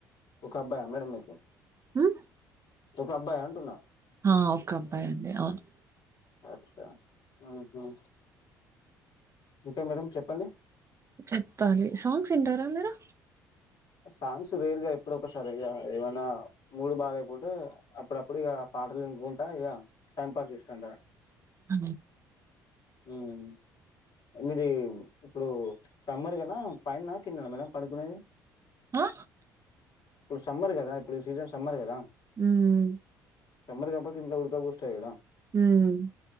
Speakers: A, on the left (about 50°); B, on the right (about 30°).
A: ఒక అబ్బాయా మేడమ్ మీకు
B: మ్
A: ఒక అబ్బాయా అంటున్నా
B: హా ఒక అబ్బాయి అండి అవును
A: అచ్చా ఉహ్మ్ ఇంకా మేడం చెప్పండి
B: చెప్పాలి సాంగ్స్ ఇంటారా మీరు
A: సాంగ్స్ రేర్ గా ఎప్పుడొ ఒకసారి ఇగా ఏమైనా మూడ్ బాలేకపోతేే అప్పుడప్పుడు ఇగ పాటలు ఇనుకుంటా ఇగ టైం పాస్ చేస్తుంట
B: ఆ
A: ఉమ్ మీది ఇప్పుడు సమ్మర్ కద పైన నా కింద నా మేడం పడుకునేది
B: ఆ
A: ఇప్పుడు సమ్మర్ కదా ఇప్పుడు సీజన్ సమ్మర్ కదా
B: హ్మ్
A: సమ్మర్ కాబట్టి ఇంట్లో ఉడ్క పొస్తదికదా
B: హ్మ్